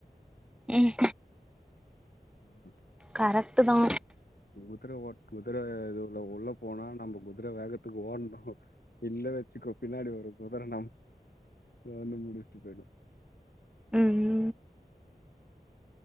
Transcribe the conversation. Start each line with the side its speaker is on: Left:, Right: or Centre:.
Centre: ம்ஹ்ம்
Left: ம்
Centre: கரெக்டு தா
Left: குதுர ஓட் குதுர <unintelligible> உள்ள போனா நம்ப குதுர வேகத்துக்கு ஓட்னு இல்ல வச்சுக்கொ பின்னாடி வர குதுர நம் வந்து முடிச்சுட்டு போயிடு
Centre: ம் ம்